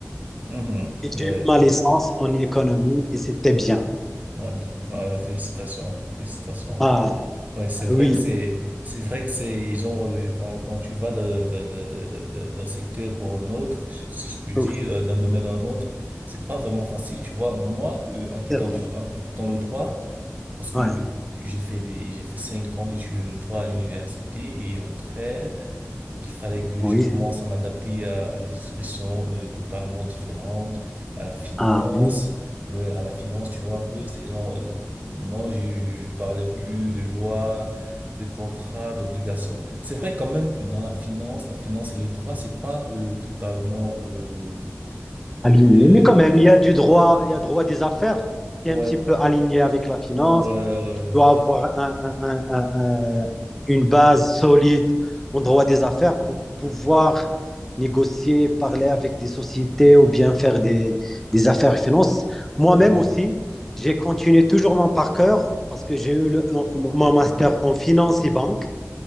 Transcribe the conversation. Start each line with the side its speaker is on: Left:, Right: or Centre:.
Right: Mhm.
Centre: Et
Right: Ouais.
Centre: j'ai eu ma licence en économie et c'était bien.
Right: Ouais, d- ouais, félicitations, félicitations.
Centre: Ah
Right: Ouais, c'est vrai
Centre: oui,
Right: que c'est, c'est vrai que c'est genre euh, quand quand tu vas de de de de de- de- d'un secteur pour un autre, si je puis
Centre: oui,
Right: dire, euh, d'un domaine à un autre, c'est pas vraiment facile. Tu vois, moi, euh, en quittant
Centre: c'est vrai.
Right: du, en en quittant le droit, parce que
Centre: Ouais,
Right: j'ai fait des, j'ai fait cinq ans d'études de droit à l'université et après. Il fallait que
Centre: oui.
Right: je commence à m'adapter à, à des expressions euh, totalement différentes, à la finance,
Centre: Ah, oui,
Right: ouais, à la finance, tu vois un peu, c'est genre, euh, non, je, je, je parlais plus de loi, de contrat, d'obligation. C'est vrai quand même que dans la finance, la finance et le droit, c'est pas euh, totalement, euh,
Centre: aligné.
Right: euh,
Centre: Mais quand même, il y a du droit, il y a droit des affaires
Right: ouais,
Centre: qui est un petit peu aligné avec la finance,
Right: ouais,
Centre: doit avoir un- un- un- un- un- une base solide en droit des affaires pour pouvoir négocier, parler avec des sociétés ou bien faire des, des affaires et finances. Moi-même
Right: ouais, ouais.
Centre: aussi, j'ai continué toujours mon parcours parce que j'ai eu le- mon master en finance et banque